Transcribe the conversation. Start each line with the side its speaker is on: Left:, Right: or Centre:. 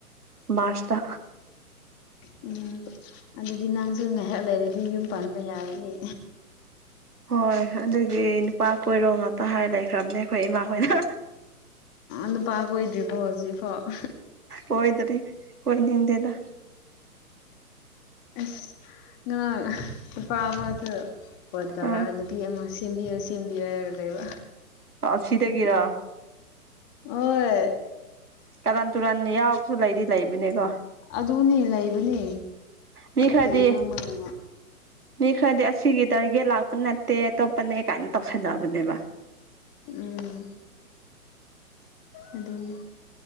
Right: ꯃꯥꯔꯆ ꯗꯥ꯫
Left: ꯎꯝ ꯑꯗꯨꯗꯤ ꯅꯪꯁꯨ ꯉꯥꯏꯍꯥꯛ ꯂꯩꯔꯗꯤ ꯌꯨꯝ ꯄꯥꯟꯕ ꯌꯥꯔꯅꯤ
Right: ꯍꯣꯏ ꯑꯗꯨꯒꯤ ꯅꯨꯄꯥ ꯀꯣꯏꯔꯣ ꯉꯥꯛꯇ ꯍꯥꯏꯔ ꯂꯩꯈ꯭ꯔꯕꯅꯦ ꯑꯩꯈꯣꯏ ꯏꯃꯥꯈꯣꯏꯅ
Left: ꯅꯨꯄꯥ ꯀꯣꯏꯗ꯭ꯔꯤ ꯕꯣ ꯍꯥꯑꯣꯖꯤꯛ ꯐꯑꯣ꯫
Right: ꯍꯣꯏꯗ꯭ꯔꯤ ꯍꯣꯏꯅꯤꯝꯗꯦꯗ
Left: ꯑꯁ ꯉꯔꯥꯡ ꯅꯨꯨꯄꯥ ꯑꯃ ꯍ ꯇꯔꯥ
Right: ꯑꯥ
Left: ꯅꯨꯄꯤ ꯑꯃ ꯁꯦꯝꯕꯤꯌꯨ ꯁꯦꯝꯕꯤꯌꯨ ꯌꯥꯒꯗꯣꯏꯕ
Right: ꯑꯣꯍ ꯁꯤꯗꯥ ꯒꯤꯔꯣ꯫
Left: ꯍꯣꯏ꯫
Right: ꯀꯔꯟ ꯇꯨꯔꯥꯟ ꯌꯥꯎꯕꯁꯨ ꯂꯩꯗꯤ ꯂꯩꯕꯅꯦꯀꯣ
Left: ꯑꯗꯨꯅꯦ ꯂꯩꯕꯅꯦ
Right: ꯃꯤ ꯈꯔꯗꯤ
Left: ꯀꯔꯤꯔꯝꯃꯅꯣ
Right: ꯃꯤ ꯈꯔꯗꯤ ꯑꯁꯤꯒꯤ ꯇꯥꯔꯒꯦꯠ ꯂꯥꯛꯄ ꯅꯠꯇꯦ ꯑꯇꯣꯞꯄꯅꯦ ꯀꯥꯏꯅ ꯇꯧꯁꯟꯅꯕꯅꯦꯕ
Left: ꯎꯝ ꯑꯗꯨꯅꯦ꯫